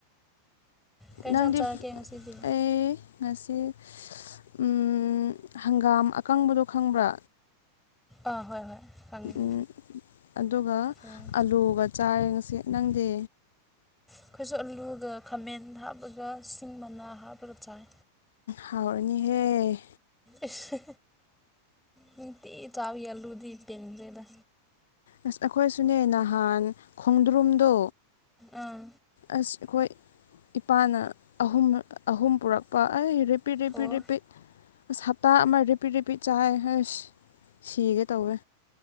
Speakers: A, in the centre; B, on the left (about 60°).
A: ꯀꯩ
B: ꯅꯪꯗꯤ
A: ꯏꯟꯁꯥꯡ ꯆꯥꯔꯛꯀꯦ ꯉꯁꯤꯗꯤ
B: ꯑꯦ ꯉꯁꯤ ꯎꯝ ꯍꯪꯒꯥꯝ ꯑꯀꯪꯕꯗꯣ ꯈꯪꯕ꯭ꯔꯥ
A: ꯑꯥ ꯍꯣꯏ ꯍꯣꯏ ꯈꯪꯉꯦ
B: ꯎ ꯑꯗꯨꯒ
A: ꯑꯣ
B: ꯑꯂꯨꯒ ꯆꯥꯏꯔꯦ ꯉꯁꯤ ꯅꯪꯗꯤ
A: ꯑꯩꯈꯣꯏꯁꯨ ꯑꯂꯨꯒ ꯈꯥꯃꯦꯟ ꯍꯥꯞꯄꯒ ꯁꯤꯡ ꯃꯅꯥ ꯍꯥꯞꯄꯒ ꯆꯥꯏ
B: ꯍꯥꯎꯔꯅꯤꯍꯦ
A: ꯏꯁ ꯅꯨꯡꯇꯤꯒꯤ ꯆꯥꯕꯤ ꯑꯂꯨꯗꯤ ꯄꯦꯟꯗꯦꯗ
B: ꯑꯁ ꯑꯩꯈꯣꯏꯁꯨꯅꯦ ꯅꯍꯥꯟ ꯈꯣꯡꯗ꯭ꯔꯨꯝꯗꯣ
A: ꯑꯥ
B: ꯑꯁ ꯑꯩꯈꯣꯏ ꯏꯄꯥꯅ ꯑꯍꯨꯝ ꯑꯍꯨꯝ ꯄꯨꯔꯛꯄ ꯑꯩ ꯔꯦꯄꯤꯠ ꯔꯦꯄꯤꯠ
A: ꯑꯣ
B: ꯔꯦꯄꯤꯠ ꯑꯁ ꯍꯞꯇꯥ ꯑꯃ ꯔꯦ ꯔꯦꯄꯤꯠ ꯔꯦꯄꯤꯠ ꯆꯥꯏ ꯍꯁ ꯁꯤꯒꯦ ꯇꯧꯋꯦ